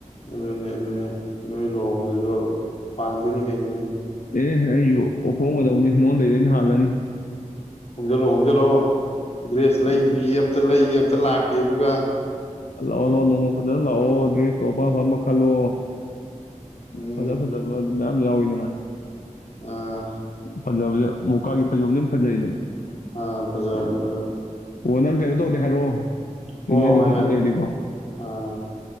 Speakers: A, on the left; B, on the left.
A: ꯑꯗꯨꯅꯦ ꯑꯗꯨꯅꯦ ꯅꯣꯏ ꯂꯨꯍꯣꯡꯕ ꯑꯗꯨꯁꯨ ꯄꯥꯡꯗꯣꯏꯅꯤ ꯀꯩꯅꯣꯅꯦ
B: ꯑꯦ ꯍꯦ ꯑꯩꯁꯨ <unintelligible> ꯂꯨꯍꯣꯡꯅꯤ ꯅꯡꯉꯣꯟꯗꯩꯗꯤ ꯑꯩꯅ ꯍꯥꯟꯂꯅꯤ
A: ꯍꯣꯡꯖꯤꯜꯂꯣ ꯍꯣꯡꯖꯤꯜꯂꯣ ꯗ꯭ꯔꯦꯁ
B: ꯑꯗꯨꯅ
A: ꯂꯩꯗ꯭ꯔꯤꯌꯦ ꯑꯝꯇ ꯂꯩꯒꯦ ꯑꯃꯝꯇ ꯂꯥꯛꯀꯦ ꯑꯗꯨꯒ
B: ꯂꯥꯛꯑꯣ ꯂꯥꯛꯑꯣ ꯅꯣꯡꯃ ꯐꯖꯅ ꯅꯪ ꯂꯥꯛꯑꯣ ꯇꯣ ꯑꯄꯥꯝ ꯑꯄꯥꯝꯕ ꯈꯜꯂꯣ
A: ꯎꯝ
B: ꯐꯖ ꯐꯖꯕ ꯑꯗꯨꯃꯥꯏ ꯌꯥꯎ ꯋꯤꯗꯅ
A: ꯑꯥ
B: ꯐꯖꯕꯁꯦ <unintelligible> ꯐꯩꯖꯣꯝꯗꯤ ꯑꯗꯨꯝ ꯐꯖꯩꯗꯅ
A: ꯑꯥ ꯐꯖꯕꯅꯤ ꯐꯖꯕꯅꯤ
B: ꯑꯣ ꯅꯪ ꯀꯩꯅꯣ ꯇꯧꯔꯗꯤ ꯍꯥꯏꯔꯛꯑꯣ
A: ꯍꯣꯏ
B: ꯂꯩꯗꯧ
A: ꯍꯣꯏ
B: ꯈꯣꯠꯇꯧ
A: ꯍꯥꯏꯔꯛ
B: ꯂꯩꯔꯗꯤꯀꯣ
A: ꯑꯥ